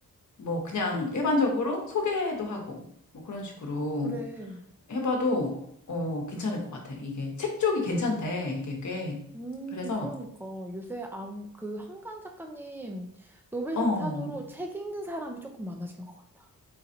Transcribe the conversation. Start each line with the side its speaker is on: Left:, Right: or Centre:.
Left: 뭐, 그냥 일반적으로 소개도 하고, 뭐, 그런 식으로
Centre: 그래.
Left: 해봐도, 어, 괜찮을 것 같아. 이게 책 쪽이 괜찮대, 이게 꽤.
Centre: 음,
Left: 그래서,
Centre: 그러니까 요새 암, 그 한강 작가님 노벨상
Left: 어,
Centre: 탄으로 책 읽는 사람이 조금 많아진 것 같다.